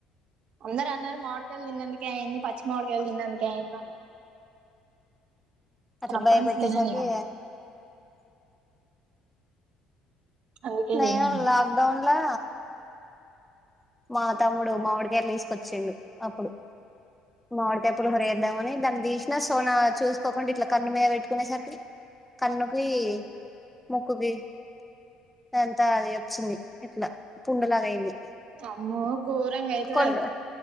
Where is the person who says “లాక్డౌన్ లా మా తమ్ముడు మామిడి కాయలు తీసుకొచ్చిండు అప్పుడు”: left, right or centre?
Centre